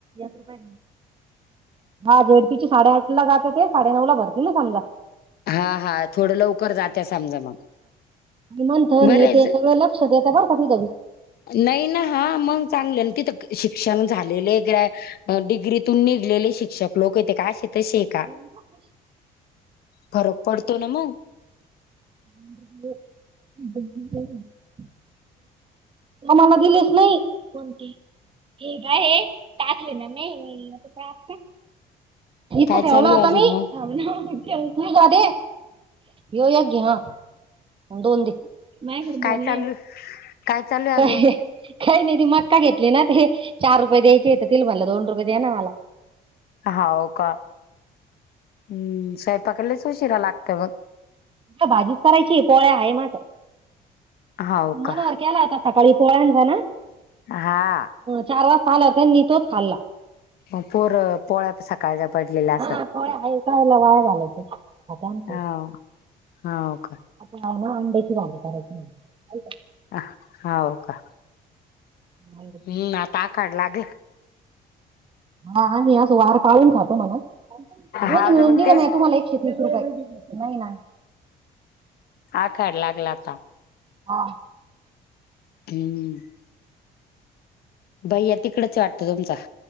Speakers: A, on the right; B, on the left.
A: रुपय हा जेडपीची साडेआठ ला जात ते साडेनऊ ला भरतील ना समजा
B: हा हा थोडं लवकर जाते समजा मग
A: निमंथन
B: बरंच
A: हे ते सगळं लक्ष देता परत तिथवी
B: नाही ना हा मग चांगले तिथ शिक्षण झालेले क डिग्रीतून निघलेले शिक्षक लोक येते का असे तसे आहे का
A: श
B: फरक पडतो ना मग
A: ब मला दिलेच नाही कोण ह का आहे टाकले न म इथं
B: काय
A: ठेवलं
B: चालू
A: आता
B: अजून
A: मी त
B: मग
A: का हे हो अग हा धो नाही क
B: काय
A: बन
B: चालू काय चालू
A: काय
B: अजून
A: काही नाही ती मक्का घेतली ना ते चार रुपये द्यायचे येततील म्हटला दोन रुपये द्या ना मला
B: होा का हम् सायपाकडलाच उशिरा लागत मग
A: भाजीच करायची पोळ्या आहे माझ
B: हाव का
A: मनर केला आता सकाळी पोळन जा ना
B: हा
A: चार वाजता लं होतेनी तोच खाल्ला
B: मग पोरं. पोळ्या सकाळच्या पडलेल्या असतात
A: हा पोळ्या आहे काय वाया घालायचं आता आमच्या
B: अ.
A: इथं.
B: हाव का.
A: आता आहे ना अंड्याची भाजी करायची म्हणजे
B: अ हव का
A: म्हणते
B: हम्म आताकड लागेल
A: हा म आज वार पाहून खातो मला दोन्ही
B: हाव
A: मिळून
B: ना मग
A: दिलं
B: तेच
A: म तुम्हाला एकशे तीस रुपये नाही
B: आखायला लागला आता.
A: <unintelligible>
B: <unintelligible> भैया तिकडच वाटतं तुमचा.